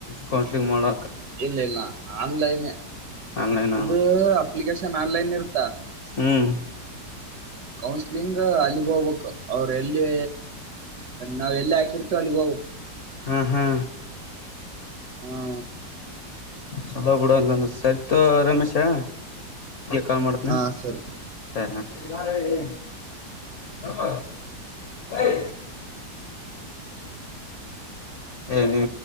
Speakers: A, on the left; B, on the right.
A: ಕೋಸ್ಟ್ಲಿ ಮಾಡ
B: ಇಲ್ಲ ಇಲ್ಲ ಆನ್ಲನ್
A: ಆನ್ಲೈನ್
B: ಇದು ಅಪ್ಲಿಕೇಶನ್ ಆನ್ಲನ್ ಇರ್ತ್ತಾ
A: ಹ್ಮ್
B: ಕೌನ್ಸಗ್ ಅಲ್ಲಿಗ್ ಹೋಗ್ಬೇಕು ಅವರು ಎಲ್ಲಿ ನಾವ್ ಎಲ್ಲಿ ಹಾಕಿರ್ತೇ ಅಲ್ಲಿಗ್ ಹೋಗ್ಬೇಕು
A: ಹಾ ಹಾ
B: ಹಾ
A: ಹಲೋ ಬಿಡಂಗ ಸರಿತ ರಮೇಶಾ ಕ ಮಾಡತ್ನ
B: ಹಾ ಸರಿ
A: ಸರಿ ಹ ಐ ಎ ನೀ